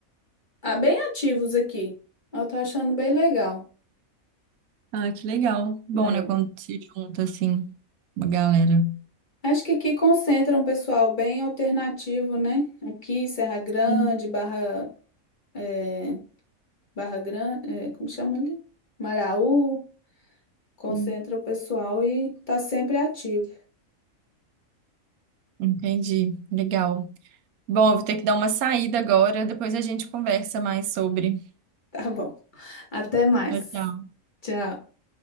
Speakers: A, on the left; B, on the right.
A: ah, bem ativos aqui. Eu tô achando bem legal,
B: Ah, que legal. Bom,
A: né?
B: né, quando se junta assim, uma galera.
A: Acho que aqui concentra um pessoal bem alternativo, né? Aqui Serra Grande,
B: Sim,
A: Barra é, Barra Grande, é, como chama ali? Maraú, concentra
B: sim.
A: o pessoal e tá sempre ativo. <laughs>
B: Entendi. Legal. Bom, eu vou ter que dar uma saída agora, depois a gente conversa mais sobre.
A: Tá bom. Até mais.
B: Tchau. tchau.
A: Tchau.